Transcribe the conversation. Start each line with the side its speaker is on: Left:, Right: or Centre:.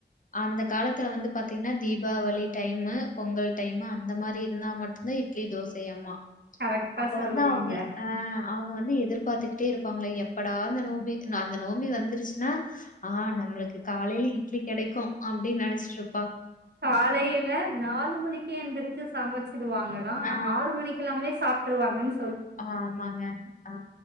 Left: அந்த காலத்துல வந்து பாத்தீங்கன்னா தீபாவளி டைமு பொங்கல் டைம் அந்த மாரி இருந்தா ம ட்டுந்தா இட்லி, தோசையாமா
Right: கரெக்டா
Left: அப்ப
Right: சொல்றீங்க
Left: வந்து அவுங்க அ அவுங்க வந்து எதிர்பாத்து ட்டு இருப்பாங்களா எப்படா அந்த நோம்பி அந்த நோம்பி வந்துருச்சுனா ஆ நம்மளுக்கு காலைல இட்லி கெடைக்கு அப்டினு நெனச்சிட்டுரு
Right: காலைல நாலு மணிக்கே எந்திரிச்சு சமைச் சிடுவாங்களா
Left: ஆ
Right: ஆறு மணிக்கெல்லாமே சாப்ட்டுருவாங்கனு
Left: ஆமாங்க ஆ